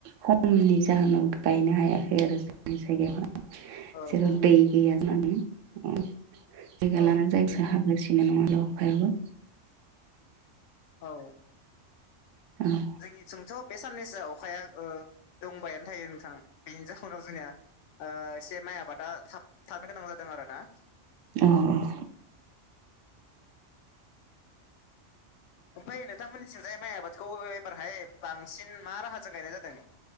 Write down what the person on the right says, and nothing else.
खमनि जाहोनाव गायनो हायाखै आरो जोंनि जायगायावहाय।
जेराव
दै गैया होननानै मानो अ जायगा
लाना जायगासो हाजसि। <unintelligible> अखायाव
उम।
अह अह।